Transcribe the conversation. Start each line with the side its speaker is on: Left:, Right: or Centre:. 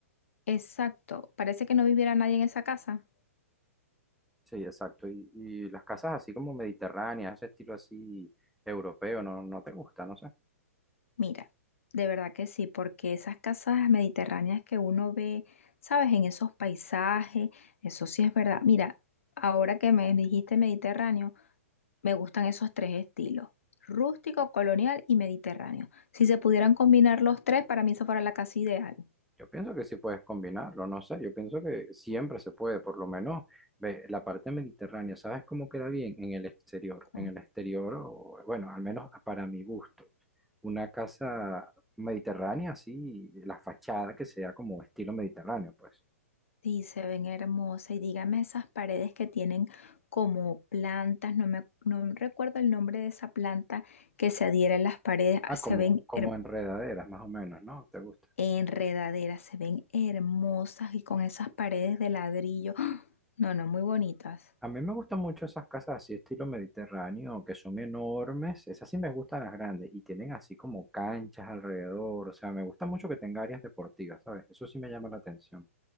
Left: Exacto, parece que no viviera nadie en esa casa.
Centre: Sí, exacto. Y, y las casas así como mediterráneas, ese estilo así europeo, no, no te gusta, no sé.
Left: Mira, de verdad que sí, porque esas casas mediterráneas que uno ve, ¿sabes? En esos paisajes, eso sí es verdad. Mira, ahora que me dijiste Mediterráneo. Me gustan esos tres estilos, rústico, colonial y mediterráneo. Si se pudieran combinar los tres, para mí eso fuera la casa ideal.
Centre: Yo pienso que sí puedes combinarlo, no sé, yo pienso que siempre se puede, por lo menos ve, la parte mediterránea, ¿sabes cómo queda bien? En el exterior,
Left: Com-
Centre: en el exterior, o, bueno, al menos para mi gusto. una casa mediterránea, así, la fachada que sea como estilo mediterráneo, pues.
Left: Sí, se ven hermosas y dígame esas paredes que tienen como plantas, no me no recuerdo el nombre de esa planta que se adhiera a las paredes, ah,
Centre: Ah,
Left: se
Centre: como,
Left: ven
Centre: como
Left: her-
Centre: enredaderas, más o menos, ¿no? ¿Te gusta?
Left: enredaderas, se ven hermosas y con esas paredes de ladrillo. <gasps> ¡Ah! No, no, muy bonitas.
Centre: A mí me gustan mucho esas casas así, estilo mediterráneo, que son enormes. Esas sí me gustan las grandes y tienen así como canchas alrededor. O sea, me gusta mucho que tenga áreas deportivas, ¿sabes? Eso sí me llama la atención.